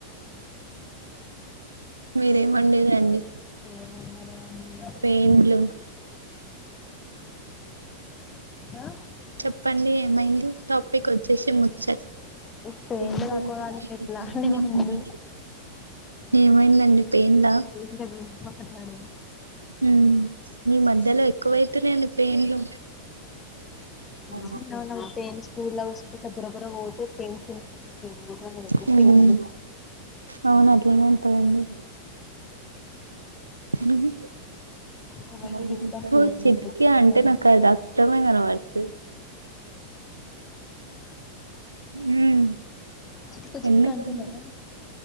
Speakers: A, on the right; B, on the left.
A: మీరు ఏం వండిర్రు అండి
B: ఏమున్నదే అండి
A: ఏం లే
B: ఆ
A: చెప్పండి ఏమైందొ టాపిక్ వచ్చేసి ముచ్చ
B: ఈ పేర్లు
A: ఏందో
B: తక్కువడానికి
A: ఆ పిల్ల ఇట్లిట్లా
B: ఎట్లా అండి
A: <unintelligible>
B: మందు
A: ఏమైందండి పొయింద
B: ఇంటి గురించి మాట్లాడు
A: మ్మ్ మీ మధ్యలో ఎక్కువైతున్నాను పెన్లు అవున
B: చిన్నగా ఉన్నప్పుడు పేర్లు స్కూల్లో కూసుంటే బుర్ర బుర్ర పోతే ఫ్రెండ్స్ పేర్లు కొట్టడం ఎట్లా
A: హ్మ్
B: పేర్లు కొట్టడం
A: అవును అట్లానే ఉంటాది అండి ఉహు
B: కొంతమందికి
A: నువ్వు
B: ఇష్టం పేర్లు
A: చెట్లా
B: అంటే చిటికు
A: అంటే
B: అని
A: నాకు
B: ఇష్టం
A: అది అర్థమే కాలే నాకి మ్మ్
B: చిటుకు చిటుకు
A: ఎందుకండి
B: అంటున్నారా